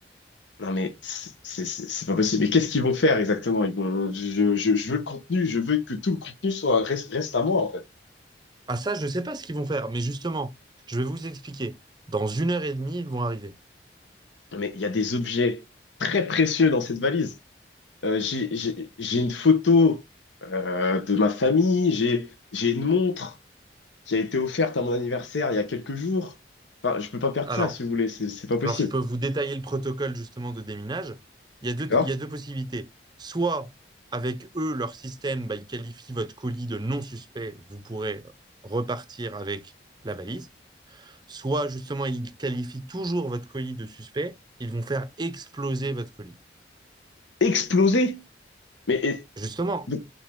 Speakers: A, on the left (about 85°); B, on the right (about 25°).
A: Non, mais c'est c'est- c'est- c'est pas possible. Mais qu'est-ce qu'ils vont faire exactement? Ils vont... je, je, je veux le contenu, je veux que tout le contenu soit reste, reste à moi, en fait.
B: Ah ça, je ne sais pas ce qu'ils vont faire, mais justement, je vais vous expliquer. Dans une heure et demie, ils vont arriver.
A: Mais il y a des objets très précieux dans cette valise. Euh, j'ai j'ai- j'ai une photo euh, de ma famille, j'ai j'ai une montre. qui a été offerte à mon anniversaire il y a quelques jours. Enfin, je peux pas perdre
B: Alors,
A: ça, si vous voulez, c'est c'est pas possible.
B: Alors, je peux vous détailler le protocole justement de déminage. Il y a deux,
A: D'accord?
B: il y a deux possibilités. Soit avec eux, leur système, bah, ils qualifient votre colis de non suspect, vous pourrez repartir avec la valise. Soit justement, ils qualifient toujours votre colis de suspect, ils vont faire exploser votre colis.
A: Exploser! Mais et-
B: Justement,
A: vous